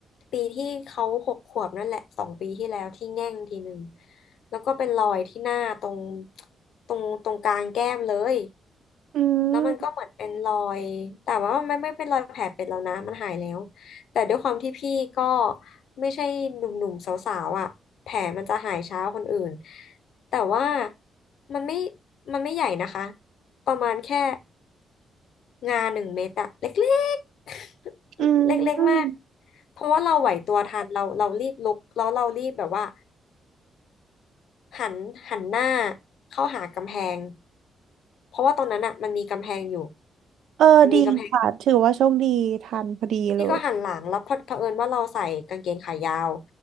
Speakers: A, on the left; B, on the right.
A: ปีที่เขาหกขวบนั่นแหละสองปีที่แล้วที่แง่งทีหนึ่งแล้วก็เป็นรอยที่หน้าตรงตรงตรงกลางแก้มเลย
B: อืม
A: แล้วมันก็เหมือนเป็นรอยแต่ว่ามันไม่ไม่เป็นรอยแผลเป็นแล้วนะมันหายแล้วแต่ด้วยความที่พี่ก็ไม่ใช่หนุ่มๆสาวๆอ่ะแผลมันจะหายช้าคนอื่นแต่ว่ามันไม่มันไม่ใหญ่นะคะประมาณแค่งาหนึ่งเมตรอะเล็กๆ
B: อืมอืม
A: <laughs> เล็กๆมากเพราะว่าเราไหวตัวทันเราเรารีบลุกแล้วเรารีบแบบว่า หันหันหน้าเข้าหากำแพงเพราะว่าตอนนั้นอ่ะมันมีกำแพงอยู่
B: เออดีค่ะถือว่าโชคดีทันพอดีเลย
A: มันมีกำแพง พี่ก็หันหลังแล้วพอเผอิญว่าเราใส่กางเกงขายาว